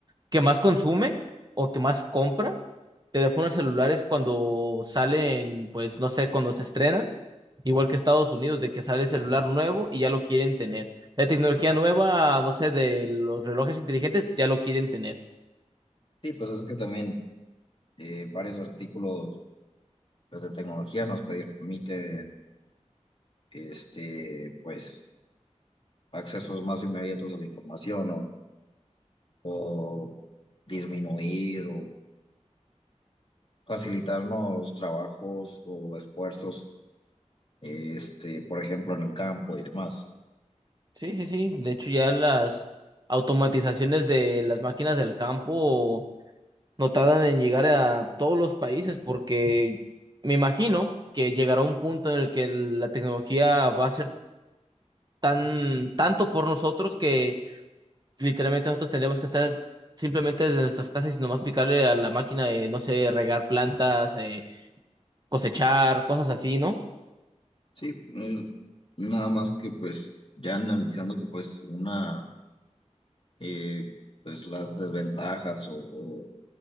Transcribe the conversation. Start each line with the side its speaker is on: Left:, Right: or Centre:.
Right: que más consume o que más compra teléfonos celulares cuando salen, pues no sé, cuando se estrenan, igual que Estados Unidos, de que sale celular nuevo y ya lo quieren tener. La tecnología nueva, no sé, de los relojes inteligentes, ya lo quieren tener.
Left: Sí, pues es que también eh, varios artículos pues, de tecnología nos permiten este, pues, accesos más inmediatos a la información o, o disminuir o facilitarnos trabajos o esfuerzos, este, por ejemplo, en el campo y demás.
Right: Sí, sí, sí. De hecho, ya las automatizaciones de las máquinas del campo no tardan en llegar a todos los países porque me imagino que llegará un punto en el que la tecnología va a ser tan tanto por nosotros que literalmente nosotros tendríamos que estar simplemente desde nuestras casas y nomás picarle a la máquina de, no sé, regar plantas, eh, cosechar, cosas así, ¿no?
Left: Sí, mm, nada más que pues ya analizando que pues una Y pues las desventajas o, o,